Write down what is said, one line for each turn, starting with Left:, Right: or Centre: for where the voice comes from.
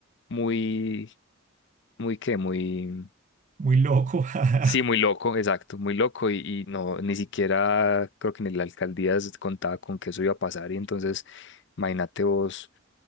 Left: muy, muy que, muy,
Right: muy loco. <laughs>
Left: sí, muy loco, exacto, muy loco y, y no, ni siquiera creo que ni la alcaldía contaba con que eso iba a pasar y entonces... Imagínate vos